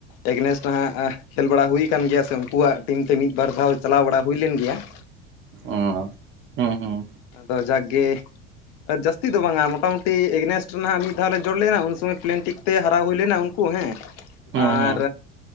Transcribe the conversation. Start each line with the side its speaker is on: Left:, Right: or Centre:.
Left: ᱮᱜᱽᱱᱮᱥ ᱱᱟᱦᱟᱜ ᱠᱷᱮᱞ ᱵᱟᱲᱟ ᱦᱩᱭ ᱟᱠᱟᱱ ᱜᱮᱭᱟ ᱥᱮ ᱩᱱᱠᱩᱣᱟᱜ ᱴᱤᱢ ᱛᱮ ᱢᱤᱫ ᱵᱟᱨ ᱫᱷᱟᱣ ᱪᱟᱞᱟᱣ ᱵᱟᱲᱟ ᱦᱩᱭ ᱞᱮᱱ ᱜᱮᱭᱟ ᱾
Right: ᱚᱻ ᱦᱮᱸ ᱦᱮᱸ
Left: ᱟᱫᱚ ᱡᱟᱜᱠᱜᱮᱼᱼ ᱟᱨ ᱡᱟᱹᱥᱛᱤ ᱫᱚ ᱵᱟᱝᱟ ᱢᱚᱴᱟᱢᱩᱴᱤ ᱮᱜᱽᱱᱮᱥᱴ ᱨᱮ ᱦᱟᱜ ᱢᱤᱫ ᱫᱷᱟᱣ ᱞᱮ ᱡᱚᱲ ᱞᱮᱱᱟ ᱩᱱ ᱥᱚᱢᱚᱭ ᱯᱞᱮᱱᱴᱤᱠ ᱛᱮ ᱦᱟᱨᱟᱣ ᱦᱩᱭ ᱞᱮᱱᱟ ᱩᱱᱠᱩ ᱦᱮᱸ
Right: ᱦᱩᱸ
Left: ᱟᱨ
Right: ᱦᱩᱸ